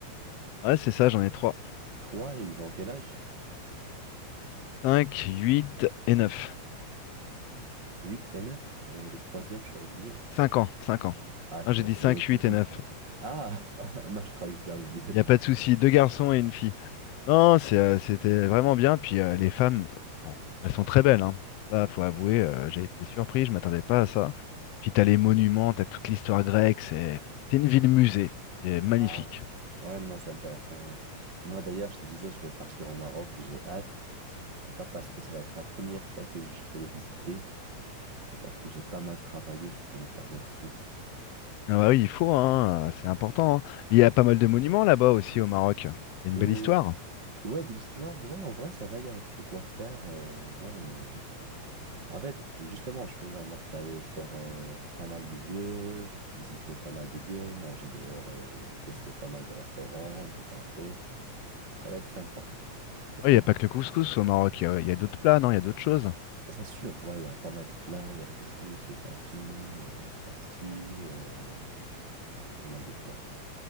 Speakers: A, on the left; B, on the right.
A: Ouais, c'est ça, j'en ai trois.
B: Trois, ils ont quel âge?
A: cinq, huit et 9.
B: Huit et neuf. Et le troisième, tu l'as oublié.
A: 5 ans, 5 ans.
B: Ah, tu
A: Ah, j'ai
B: l'as
A: dit
B: oublié
A: 5,
B: le
A: 8
B: petit.
A: et 9.
B: Ah, <laughs> non, je croyais que tu l'as oublié.
A: Il
B: le-
A: n'y a pas de souci, deux garçons et une fille. Non, c'est, euh, c'était vraiment bien. Puis euh, les femmes, bon, elles sont très belles, hein. Ça, faut avouer, euh, j'ai été surpris, je m'attendais pas à ça. Puis t'as les monuments, t'as toute l'histoire grecque, c'est c'est une ville musée, c'est magnifique.
B: Ah, ouais, non, c'est intéressant, ouais. Moi, d'ailleurs, je te disais, je vais partir au Maroc, j'ai hâte. C'est pas parce que ça va être la première fois que je vais le visiter, mais parce que j'ai pas mal travaillé, je peux me permettre tout.
A: Ah bah oui, il faut, hein, euh, c'est important. hein. Il y a pas mal de monuments là-bas aussi au Maroc. Il y a une
B: Euh,
A: belle histoire.
B: Ouais, de l'histoire, ouais, en vrai, ça va, il y a de quoi faire. euh, ouais, mais. En fait, ju- justement, je peux me permettre d'aller faire euh, pas mal de lieux, visiter pas mal de lieux, manger dehors, euh, tester pas mal de restaurants, de cafés. Ça va être sympa. Parce
A: Oui,
B: que
A: il n'y a pas que le couscous au Maroc, il y a, il y a d'autres plats, non, il y a d'autres choses.
B: c'est sûr, ouais, il y a pas mal de plats, il y a le couscous, le tagine, euh, la pastille, euh, il y a pas mal de plats.